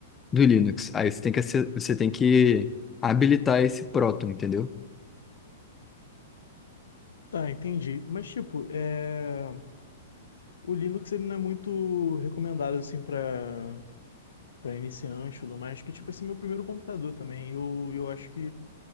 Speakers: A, on the left; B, on the left.
A: do Linux. Aí você tem que, ace- você tem que habilitar esse Proton, entendeu?
B: Tá, entendi. Mas tipo, é, o Linux ele não é muito recomendado assim para para iniciante e tudo mais, que tipo, esse é meu primeiro computador também. Eu, eu acho que